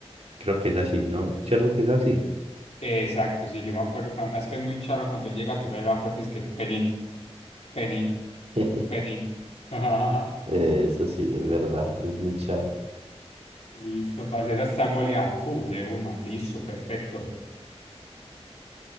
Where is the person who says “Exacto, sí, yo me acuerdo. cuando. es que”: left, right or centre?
Left